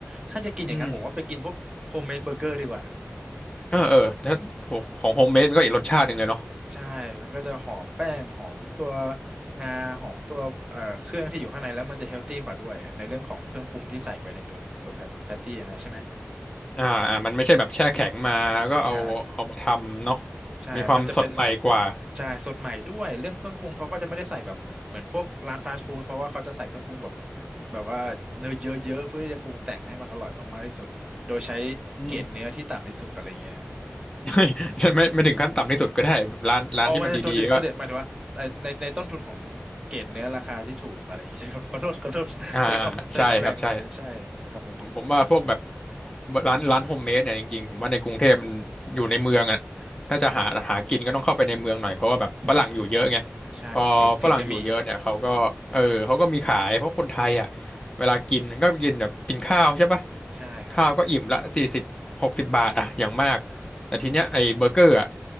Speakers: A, on the right (about 20°); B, on the left (about 20°).
A: ถ้าจะกินอย่างนั้นผมว่าไปกินพวกโฮมเมดเบอร์เกอร์ดีกว่า
B: อืมเออเออถ้า
A: จริง
B: ของโฮมเมดมันก็อีกรสชาติหนึ่งเลยเนาะ
A: ใช่มันก็จะหอมแป้งหอมตัวงาหอมตัวเอ่อเครื่องที่อยู่ข้างในแล้วมันจะเฮลตี้กว่าด้วยในเรื่องของเครื่องปรุงที่ใส่ไปในตัวตัวแพตตี้นะใช่ไหม
B: อ่าอ่ามันไม่ใช่แบบแช่แข็งมาแล้วก็เอาเอามาทำเนาะ
A: ใช่ ใช่
B: มีความสดใหม่กว่า
A: มันจะเป็นแบบใช่สดใหม่ด้วย เรื่องเครื่องปรุงเขาก็จะไม่ได้ใส่แบบเหมือนพวกร้านฟาสต์ฟู้ดเพราะว่าเขาจะใส่เครื่องปรุงแบบแบบว่าเนื้อเยอะๆเพื่อที่จะปรุงแต่งให้มันอร่อยมากๆที่สุดโดยใช้
B: อืม
A: เกรดเนื้อที่ต่ำที่สุดอะไรเงี้ยฮะ
B: ไม่ <laughs> ไม่ไม่ถึงขั้นต่ำที่สุดก็ได้แบบร้านร้านที่มันดีๆก็
A: อ๋อไม่ใช่โทษดิโทษดิหมายถึงว่าเอ่อในในต้นทุนของเกรดเนื้อราคาที่ถูกอะไรอย่างงี้ใช้คำขอโทษขอโทษใช้คำใช้คำแรงไปใช่ใช้คำนั้นถูกด้วย
B: อ่าใช่ครับใช่ ผมผมว่าพวกแบบร้านร้านโฮมเมดเนี่ยจริงๆผมว่าในกรุงเทพมันอยู่ในเมืองอ่ะถ้าจะหาหากินก็ต้องเข้าไปในเมืองหน่อยเพราะว่าแบบฝรั่งอยู่เยอะไง
A: ใช่ใช่ถึงถึงจะมี
B: พอฝรั่งอยู่เยอะเนี่ยเขาก็เออเขาก็มีขายเพราะคนไทยอ่ะเวลากินก็กินแบบกินข้าวใช่ปะ
A: ใช่ครับ
B: ข้าวก็อิ่มละสี่สิบหกสิบบาทอ่ะอย่างมากแต่ทีเนี้ยไอ้เบอร์เกอร์อ่ะ